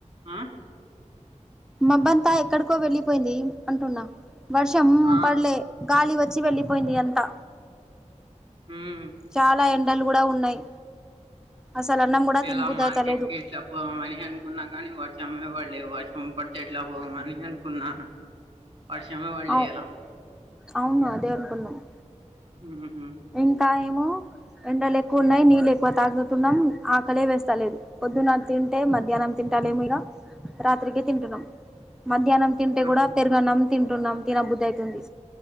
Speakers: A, on the right; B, in the centre.
A: ఆ
B: మబ్బంతా ఎక్కడికో వెళ్ళిపోయింది. అంటున్నా వర్షం
A: ఆ
B: పడలే గాలి వచ్చి వెళ్ళిపోయింది. అంతా
A: ఉమ్
B: చాలా ఎండలు కూడా ఉన్నాయి. అసలు అన్నం కూడా తినబుద్ధి
A: ఎలా మార్కెట్
B: అయితలేదు
A: కి ఎట్లా పోదామని అనుకున్నా కానీ వర్షం మీద పడి లేదు వర్షం పడితే ఎట్లా పోదమని అనుకున్నా వర్షమే పడలే
B: అవు
A: ఇయ్యాల
B: అవును అదే అనుకున్నాము
A: ఉహు
B: ఇంకా ఏమో ఎండలు ఎక్కువ ఉన్నాయి నీళ్ళు ఎక్కువ తాగుతున్నాం ఆకలే వేస్తా లేదు పొద్దున్న తింటే మధ్యాహ్నం తింటలే మీద రాత్రికే తింటున్నాం మధ్యానం తింటే
A: ఉహు
B: కూడా పెరుగన్నం తింటున్నాం తిన బుద్ధి అయితుంది